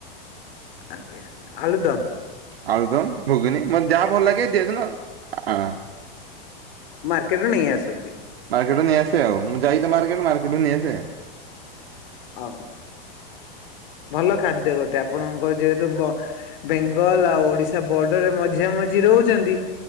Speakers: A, on the left; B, on the right.
A: ଆଜ୍ଞା ଆଳୁଦମ୍।
B: ଆଳୁଦମ ଘୁଗୁନି ମତେ ଯାହା ଭଲଲାଗେ ଯେ ଦିନ ଆଉ।
A: ମାର୍କେଟରୁ ନେଇ ଆସନ୍ତି।
B: ମାର୍କେଟ ରୁ ନେଇ ଆସେ ଆଉ ମୁଁ ଯାଇତ ମାର୍କେଟ ମାର୍କେଟରୁ ନେଇ ଆସେ।
A: ଓ ଭଲ ଖାଦ୍ୟ ଗୋଟେ ଆପଣଙ୍କ ଯେହେତୁ ବେଙ୍ଗଲ ଆଉ ଓଡିଶା ବର୍ଡରରେ ମଝିଆ ମଝି ରହୁଛନ୍ତି